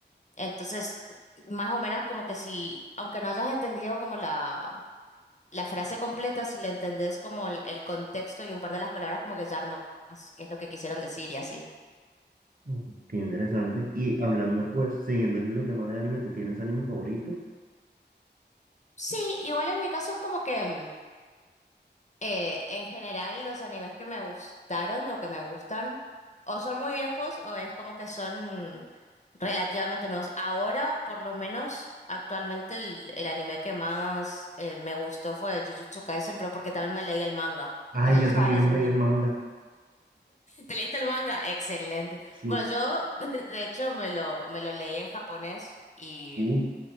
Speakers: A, on the left; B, on the right.
A: entonces más o menos como que si, aunque no hayas entendido como la la frase completa, si la entendés como el, el contexto y un par de las palabras, como que ya armas qué es lo que quisieron decir y así.
B: Ujú. Qué interesante. Y hablando pues, siguiendo el mismo tema de anime, ¿tú tienes anime favorito?
A: Sí, igual en mi caso es como que mm, eh, en general los animes que me gustaron o que me gustan o son muy viejos o es como que son relativamente nuevos. Ahora, por lo menos, actualmente el, el anime que más eh, me gustó fue Jujutsu Kaisen, pero porque también me leí el manga.
B: Ay,
A: O sea,
B: yo
A: yo estaba
B: también
A: leyendo
B: me leí el manga.
A: ¿Te leíste el manga? Excelente.
B: Sí.
A: Bueno, yo <laughs> de hecho me lo, me lo leí en japonés y
B: Uh,